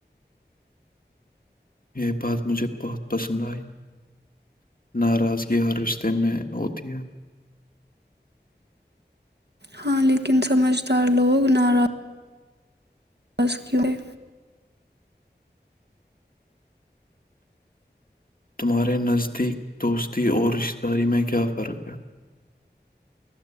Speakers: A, on the left (about 50°); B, on the right (about 70°).
A: یہ بات مجھے بہت پسند آئی ناراضگی ہر رشتے میں ہوتی ہے <unintelligible>
B: ہاں لیکن سمجھدار لوگ ناراض <unintelligible> آاز کیوں ہے؟
A: تمہارے نزدیک دوستی اور رشتہ داری میں کیا فرق ہے <unintelligible>